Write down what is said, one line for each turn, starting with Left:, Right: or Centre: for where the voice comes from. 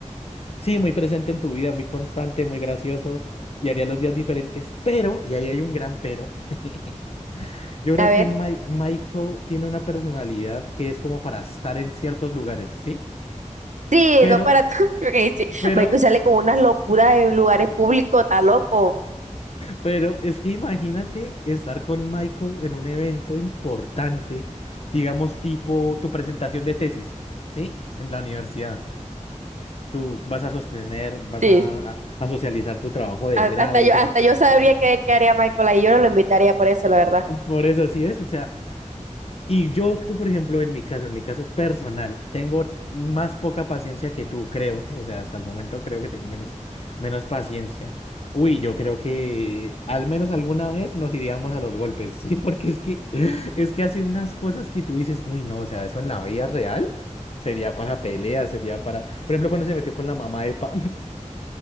Left: Sí, muy presente en tu vida, muy constante, muy gracioso y haría los días diferentes, pero, y ahí hay un gran pero, <laughs> yo creo
Right: a ver,
Left: que Mi- Michael tiene una personalidad que es como para estar en ciertos lugares, ¿sí?
Right: sí,
Left: Pero,
Right: no para todo. <laughs> porque sí,
Left: pero,
Right: Michael sale con unas locuras en lugares públicos, está loco.
Left: pero es que imagínate estar con Michael en un evento importante, digamos tipo tu presentación de tesis, ¿sí? En la universidad. Tú vas a sostener, vas
Right: Sí,
Left: a, a a socializar tu trabajo de
Right: a-
Left: grado,
Right: hasta yo,
Left: o sea,
Right: hasta yo sabría qué, qué haría Michael ahí, yo no lo invitaría por eso, la verdad.
Left: por eso, ¿sí ves? O sea... Y yo, que, por ejemplo, en mi caso, en mi caso personal, tengo más poca paciencia que tú, creo. O sea, hasta el momento creo que tengo menos, menos paciencia. Uy, yo creo que al menos alguna vez nos iríamos a los golpes, <laughs> ¿sí? Porque es que, <laughs> es que hace unas cosas que tú dices, uy, no, o sea, eso en la vida real sería para peleas, sería para... Por ejemplo, cuando se metió con la mamá de Pam.